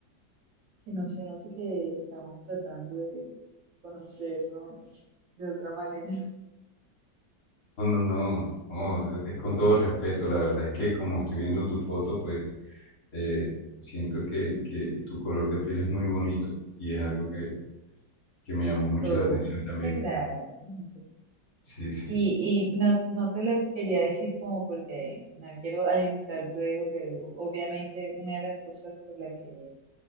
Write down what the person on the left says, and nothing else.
No, no, no, no, es con todo respeto, la verdad es que como estoy viendo tu foto, pues eh, siento que, que tu color de piel es muy bonito y es algo que, que me llamó mucho
la atención también.
Sí, sí,